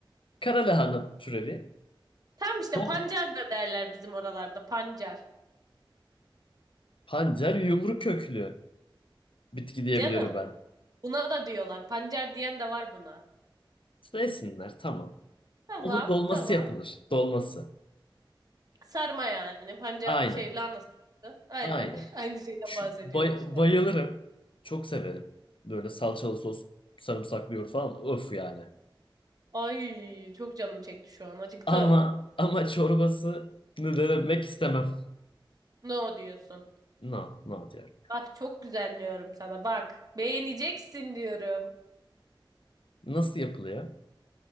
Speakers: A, on the left (about 75°); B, on the right (about 45°).
A: Kara lahana türevi.
B: Tam işte
A: Don,
B: pancar da derler bizim oralarda pancar.
A: pancar yumru köklü bitki diyebiliyorum
B: Canım
A: ben.
B: buna da diyorlar. Pancar diyen de var buna.
A: Neysinler tamam.
B: Tamam
A: Onun dolması
B: tamam.
A: yapılır. Dolması.
B: Sarma yani. Pancar
A: Aynen.
B: şey lahana sarması. Aynen.
A: Aynen.
B: <laughs> Aynı şeyden
A: Şu-
B: bahsediyoruz.
A: bay-
B: Evet.
A: bayılırım. Çok severim. Böyle salçalı sos, sarımsaklı yoğurt falan. Öf yani.
B: Ay çok canım çekti şu an. Acıktım.
A: Ama ama çorbasını denemek istemem.
B: Ne o diyorsun?
A: No, no diyorum.
B: Bak çok güzel diyorum sana. Bak beğeneceksin diyorum.
A: Nasıl yapılıyor?